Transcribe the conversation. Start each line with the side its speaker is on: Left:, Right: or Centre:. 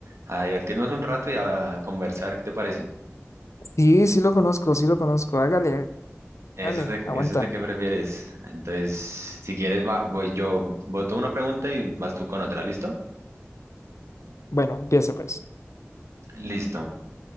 Right: a divertirnos un rato y a conversar, ¿qué te parece?
Left: Sí, sí lo conozco, sí lo conozco. Hágale,
Right: Eso
Left: hágale,
Right: es de, eso
Left: aguanta.
Right: es de qué prefieres. Entonces, si quieres, va- voy yo, voto una pregunta y vas tú con otra, ¿listo?
Left: Bueno, empiece pues.
Right: Listo.